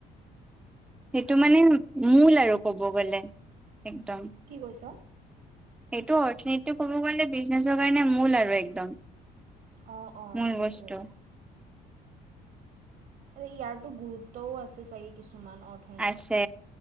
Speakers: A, in the centre; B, on the right.
A: সেইটো মানে মূল আৰু ক'ব গ'লে একদম।
B: কি কৈছ।
A: এইটো অৰ্থনীতিটো ক'ব গ'লে বিজনেছৰ কাৰণে মূল আৰু একদম।
B: অ' অ'
A: মূল
B: সেইটোৱে।
A: বস্তু।
B: ইয়াৰ টো গুৰুত্বও আছে ছাগে কিছুমান অৰ্থ
A: আছে